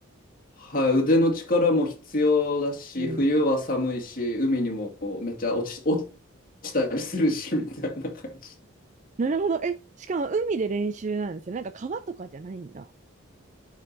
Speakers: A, on the left; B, on the right.
A: はい、腕の力も必要だし、
B: うん。
A: 冬は寒いし、海にもめっちゃ落ち、落ちたりするし、みたいな感じ。
B: なるほど。え、しかも海で練習なんですよね。なんか川とかじゃないんだ。